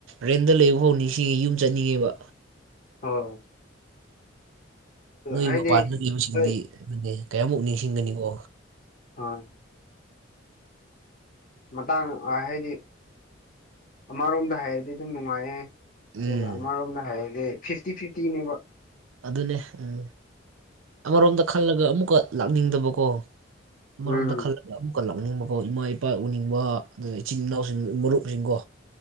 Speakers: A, on the right; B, on the left.
A: ꯔꯦꯟꯗ ꯂꯩꯕ ꯍꯧꯅꯤꯡꯁꯤꯡ ꯌꯨꯝ ꯆꯠꯅꯤꯡꯉꯦꯕ
B: ꯍ
A: ꯅꯣꯏ
B: ꯍꯥꯏꯗꯤ
A: ꯃꯄꯥꯟꯗ ꯂꯩꯕꯁꯤꯡꯗꯤ
B: ꯍꯣꯏ
A: ꯑꯗꯨꯅꯦ ꯀꯌꯥꯃꯨꯛ ꯅꯤꯡꯁꯤꯡꯒꯅꯤꯀꯣ
B: ꯍꯣꯏ ꯃꯇꯥꯡ ꯍꯥꯏꯗꯤ ꯑꯃꯔꯣꯝꯗ ꯍꯥꯏꯔꯗꯤ ꯑꯗꯨꯝ ꯅꯨꯡꯉꯥꯏꯌꯦ ꯑꯗꯨꯒ
A: ꯎꯝ
B: ꯑꯃꯔꯣꯝꯗ ꯍꯥꯏꯔꯗꯤ ꯐꯤꯐꯇꯤ ꯐꯤꯐꯇꯤꯅꯦꯕ
A: ꯑꯗꯨꯅꯦ ꯎꯝ ꯑꯃꯔꯣꯝꯗ ꯈꯜꯂꯒ ꯑꯃꯨꯛꯀ ꯂꯥꯛꯅꯤꯡꯗꯕꯀꯣ ꯑꯃꯔꯣꯝꯗ
B: ꯎꯝ
A: ꯈꯜꯂ ꯑꯃꯨꯛꯀ ꯂꯥꯛꯅꯤꯡꯕꯀꯣ ꯏꯃꯥ ꯏꯄꯥ ꯎꯅꯤꯡꯕ ꯑꯗꯨꯒ ꯏꯆꯤꯟ ꯏꯅꯥꯎꯁꯤꯡ ꯃꯔꯨꯞꯁꯤꯡꯀꯣ